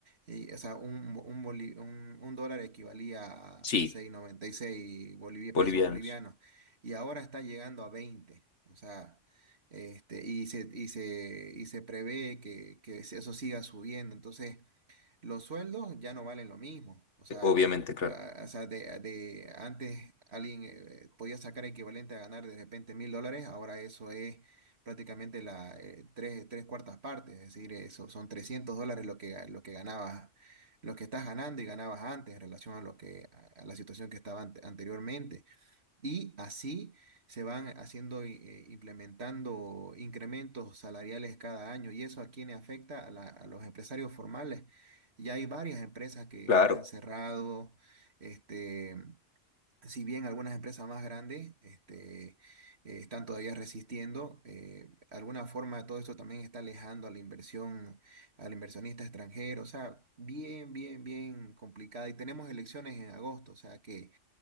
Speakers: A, on the right; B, on the left.
A: Y, o sea, un, bo- un, boli- un- un dólar equivalía a,
B: Sí,
A: a seis noventa y seis bolivi-
B: bolivianos.
A: pesos bolivianos. Y ahora está llegando a veinte O sea, este, y se, y se, y se prevé que, que eso siga subiendo. Entonces, los sueldos ya no valen lo mismo. O sea,
B: eh, Obviamente, claro.
A: va- o sea de, de antes alguien eh, podía sacar equivalente a ganar de repente mil dólares, ahora eso es prácticamente la, eh, tres, tres cuartas partes, es decir, eso son 300 dólares lo que, ga- lo que ganabas, lo que estás ganando y ganabas antes en relación a lo que, a a la situación que estaba ante- anteriormente. Y así se van haciendo, eh, implementando incrementos salariales cada año. ¿Y eso a quién le afecta? A, la- a los empresarios formales. Ya hay varias empresas que
B: Claro,
A: han cerrado. Este, si bien algunas empresas más grandes este, eh, están todavía resistiendo, eh, de alguna forma todo esto también está alejando a la inversión, al inversionista extranjero. O sea, bien, bien, bien complicada. Y tenemos elecciones en agosto. O sea que